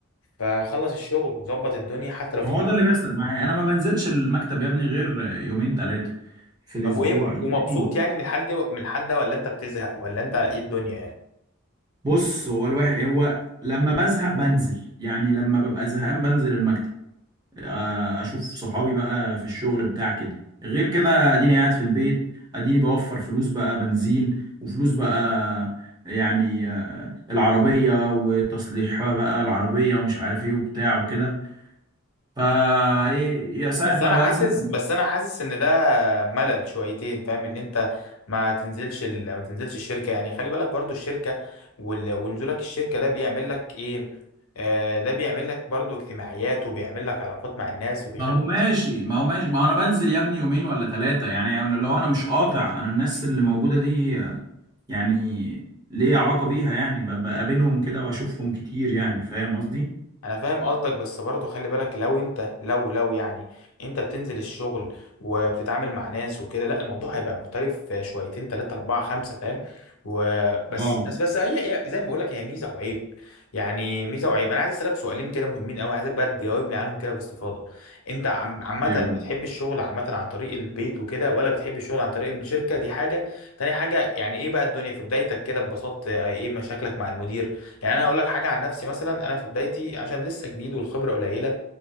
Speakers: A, on the left; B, on the right.
A: فخلص الشغل وظبط الدنيا حتى لو في
B: ما هو
A: ميتنج
B: ده اللي بيحصل معايا انا ما بنزلش المكتب يا ابني غير يومين ثلاثة في الاسبوع
A: طب وايه
B: يومين
A: ومبسوط يعني من الحال دي من الحال ده ولا انت بتزهق ولا انت ايه الدنيا يعني
B: بص هو الواحد هو لما بزهق بنزل يعني لما ببقى زهقان بنزل المكتب آه، اشوف صحابي بقى في الشغل بتاع كده غير كده أنا اديني قاعد في البيت اديني بوفر فلوس بقى بنزين وفلوس بقى يعني آه، العربية وتصليح بقى العربية ومش عارف ايه وبتاع وكده فا ايه يا ساعة
A: بس
B: ما
A: انا حاسس
B: بزهق
A: بس انا حاسس ان ده ملل شويتين فاهم ان انت ما تنزلش ال... ما تنزلش الشركه يعني خلي بالك برضو الشركه وال... ونزولك الشركه ده بيعمل لك ايه آه ده بيعمل لك برضو اجتماعيات وبيعمل لك علاقات مع الناس وبيخليك
B: ما هو ماشي ما هو ماشي ما هو انا بنزل يا ابني يومين ولا ثلاثة يعني أنا- لو انا مش قاطع انا الناس اللي موجودة دي آه، يعني ليه علاقة بيها يعني ب- بقابلهم كده واشوفهم كتير يعني فاهم قصدي؟
A: انا فاهم قصدك بس برضه خلي بالك لو انت لو لو يعني انت بتنزل الشغل وبتتعامل مع ناس وكده لا الموضوع هيبقى مختلف شويتين تلاتة اربعة خمسة فاهم وبس
B: اه
A: بس بس هي هي زي ما بقول لك هي ميزة وعيب يعني ميزة وعيب انا عايز اسالك سؤالين كده مهمين قوي عايزك بقى تجاوبني عنهم كده باستفاضة انت عم- عامة
B: ايوه
A: بتحب الشغل عامة عن طريق البيت وكده ولا بتحب الشغل عن طريق الشركة دي حاجة تاني حاجة يعني ايه بقى الدنيا في بدايتك كده ببساطة ايه مشاكلك مع المدير يعني انا هقول لك حاجه عن نفسي مثلا انا في بدايتي عشان لسه جديد والخبره قليله